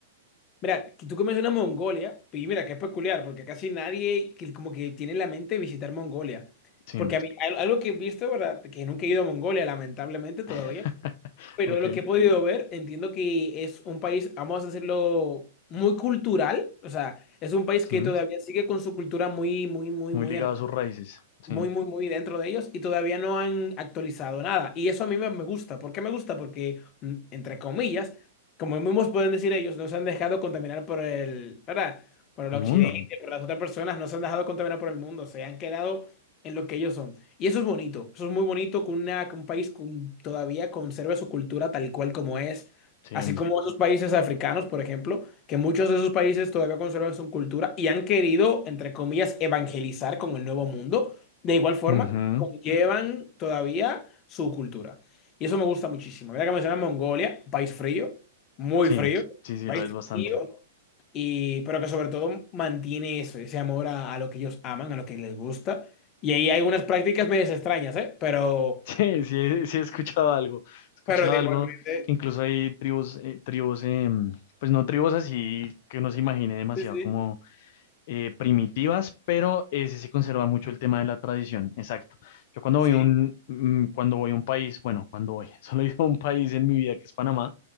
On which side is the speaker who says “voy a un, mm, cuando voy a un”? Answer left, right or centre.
Left